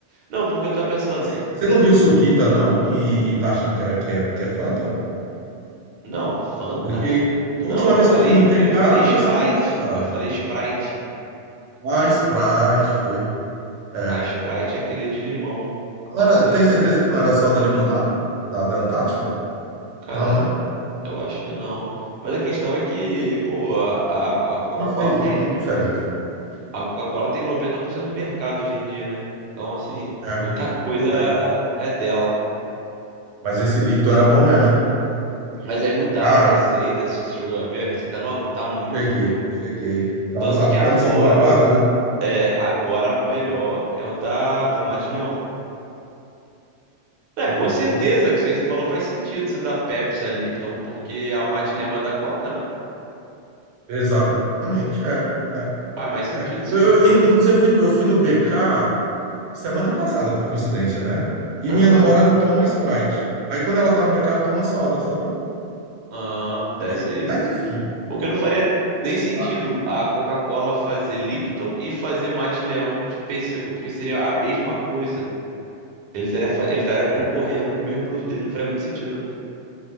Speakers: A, on the right (about 60°); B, on the right (about 80°).
A: Não, porque eu tava pensando.
B: Você você não viu Suquita, não? E, e tá achando que é, que é, que é Fanta?
A: Não, Fanta?
B: Porque
A: Não,
B: a última
A: eu falei,
B: vez que eu fui no BK
A: eu falei Sprite.
B: foi semana passada.
A: Eu falei Sprite.
B: Ah, Sprite foi. É.
A: A Sprite é aquele de limão.
B: Não
A: A
B: era-
A: não ser
B: tem
A: que.
B: certeza que não era só da limonada? Da, da Antártica?
A: Cara,
B: Não, né?
A: eu acho que não. Mas a questão é que, pô, a, a a Coca-Cola
B: Infe-
A: tem.
B: Indiferente.
A: A Coca-Cola tem 90% do mercado hoje em dia, né? Então, assim,
B: É,
A: muita coisa
B: é.
A: é dela.
B: Mas esse Lipton era bom mesmo, hein?
A: Mas aí mudaram
B: Cara,
A: a receita, você chegou a ver a receita nova? Tá muito
B: Cheguei,
A: ruim.
B: cheguei. Tá
A: Tanto
B: um sabor,
A: que agora,
B: tá um sabor aguado, né?
A: é, agora o melhor é o da, da Mate Leão. É,
B: É.
A: com certeza,
B: Eu-
A: isso aí que você falou faz sentido, você da Pepsi, a Lipton, porque a Mate Leão é da Coca, não é?
B: exatamente, é, é,
A: Faz mais sentido
B: é.
A: isso
B: Eu-
A: aí que você
B: eu-
A: falou.
B: in- inclusive, eu fui, eu fui no BK semana passada, por coincidência, né? E
A: Aham.
B: minha namorada toma Sprite. Aí quando ela tá no BK, ela toma soda, sabe?
A: Ah, deve
B: É,
A: ser isso.
B: mas enfim,
A: Porque não faria nem sentido
B: nada, né?
A: a Coca-Cola fazer Lipton e fazer Mate Leão de pêssego, porque seria a mesma coisa. Ele estaria, fa- ele estaria concorrendo
B: É,
A: com o mesmo produto dele, não faria muito sentido.